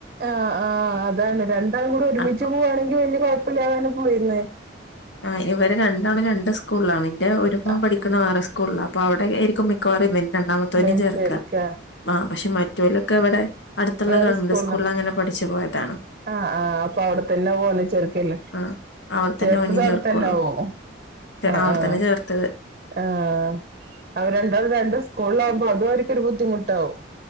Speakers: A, on the right; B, on the left.
A: ആ് ആ് അതാണ് രണ്ടാളും കൂടി ഒരുമിച്ച്
B: അപ്പൊ
A: പോവാണെങ്കി വല്ലിയ കുഴപ്പമില്ലാവാനും പോയിുന്നേ
B: ആ ഇവരെ രണ്ടാള രണ്ട് സ്കൂളാണ് എന്റെ ഒരു മുോം
A: ആഹ്
B: പഠിക്കണ ആർ എസ് അപ്പ അവിടെ ആരിക്കും മിക്കവാറ ഇവന്റ് രണ്ടാമവും
A: വലിച്ചെടുക്ക
B: ചേർക്ക ആ പക്ഷെ മറ്റലൊക്കെ ഇവിടെ അടുത്തുള്ള
A: വേറെ
B: ഗവൺമെന്റ്
A: സ്കൂളിലാ
B: സ്കൂളിൽങ്ങനെ പഠ ച്ചു പോോയതാണ്
A: ആഹ് ആഹ് അപ്പൊ അവിടെത്തന്നെ പോന്നെ ചെറക്കല്ലേ
B: ആ അവിടെത്തന്നെ
A: ചേത്തത
B: ഓനിം
A: അടത്തന്നെ
B: ചേർക്കുള്ളൂ
A: ആാവോ ആ
B: അവിടെത്തന്നെ
A: ആഹ
B: ചേർത്തത്
A: ആഹ അവ രണ്ടാള രണ്ട് സ്കൂള ആകുമ്പോൾ അത്വർക്ക്ൊരു ബുദ്ധിമുട്ടാാവും